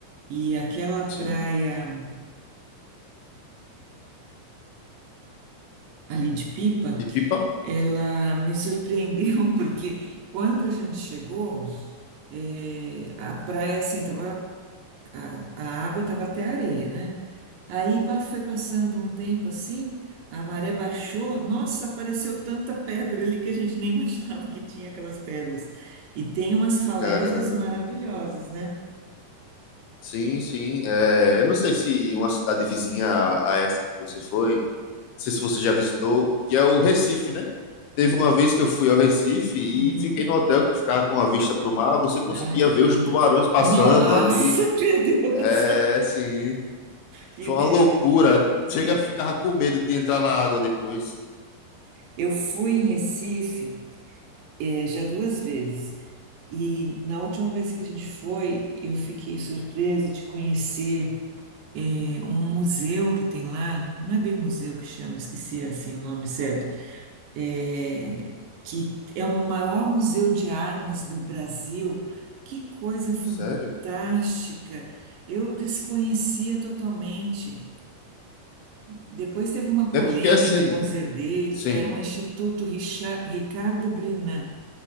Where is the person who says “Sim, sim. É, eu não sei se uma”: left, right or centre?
Left